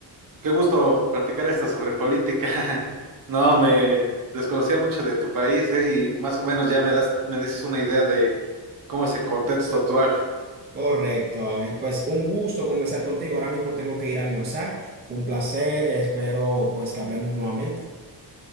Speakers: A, on the right (about 50°); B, on the right (about 25°).
A: qué gusto platicar esto sobre política. <laughs> No, me desconocía mucho de tu país, eh, y más o menos ya me das, me dices una idea de cómo es el contexto actual.
B: Correcto, Ángel. Pues un gusto conversar contigo. Ahora mismo tengo que ir a almorzar. Fue un placer. Espero pues que hablemos nuevamente.